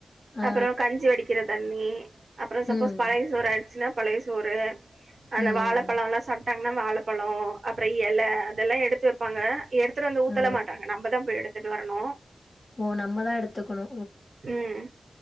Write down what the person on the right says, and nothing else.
அப்பறொ கஞ்சி வடிக்கிற தண்ணி அப்றொ சப்போஸ்
பழைய சோறு ஆ ச்சுனா பழைய சோறு அந்த
வாழப்பழொல்லா சாப் டாங்னா வாழப்பழோ அப்றொ எல அதல்லா எடுத்து வப்பாங்க எடுத்துட்டு வந்து ஊத்தலா
மாட்டாங்க நம்ம தா போய் எடு த்துட்டு வர்னு
ம்